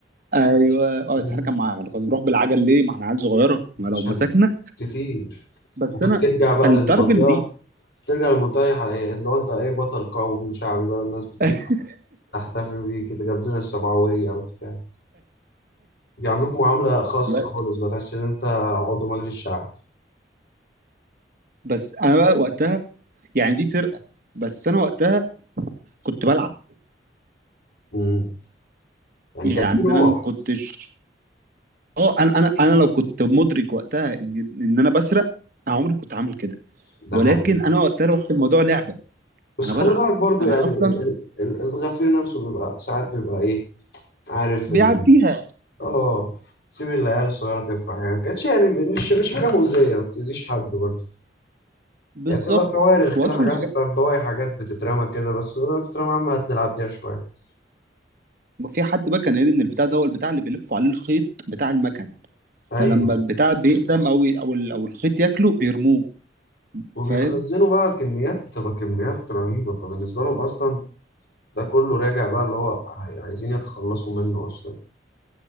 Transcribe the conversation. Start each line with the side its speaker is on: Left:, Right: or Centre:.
Right: ايوه اه
Left: أيوة،
Right: بس احنا كان معانا كنا بنروح بالعجل ليه ما احنا عيال صغيره ما لو
Left: عشان
Right: مسكنا
Left: كتير
Right: بس
Left: وكنت
Right: انا
Left: ترجع بقى
Right: خلي
Left: للمنطقة
Right: تعرف ان دي
Left: ترجع للمنطقة يح- اللي هو انت ايه بطل قومي وشعبي بقى الناس بتيجي
Right: <laughs>
Left: تحتفل بيه كده جاب لنا السبعوية وبتاع بيعاملوك معاملة خاصة
Right: والله
Left: خالص بتحس إن أنت عضو مجلس شعب
Right: بس انا بقى وقتها يعني دي سرقه بس انا وقتها كنت بلعب
Left: مم. يعني
Right: يعني
Left: كان في روح
Right: انا ما كنتش اه انا انا انا لو كنت مدرك وقتها ان ان انا بسرق انا عمري ما كنت عامل كده
Left: ده
Right: ولكن
Left: حقيقي
Right: انا وقتها واخد الموضوع لعبه
Left: بس
Right: انا
Left: خلي
Right: بلعب
Left: بالك برضو
Right: انا
Left: يعني
Right: اصلا
Left: ال- ال- ال- الغفير نفسه بيبقى ساعات بيبقى إيه عارف
Right: بيعديها
Left: إن آه سيب العيال الصغيرة تفرح يعني ما كانتش يعني مش مش حاجة مؤذية ما بتأذيش حد برضه
Right: بالظبط
Left: يعني بتبقى كوارخ
Right: واصلا
Left: كده حاجات
Right: الحاجات
Left: فاهم بواقي حاجات بتترمى كده بس بدل ما تترمى يا عم هتلعب بيها شوية
Right: في حد بقى كان قال ان البتاع ده هو البتاع اللي بيلفوا عليه الخيط بتاع المكن
Left: أيوه
Right: فلما البتاع بيقدم او او ال- او الخيط ياكله بيرموه
Left: وبيتخزنوا
Right: فاهم
Left: بقى كميات بتبقى كميات رهيبة فبالنسبة لهم أصلا ده كله راجع بقى اللي هو عاي- عايزين يتخلصوا منه اصلا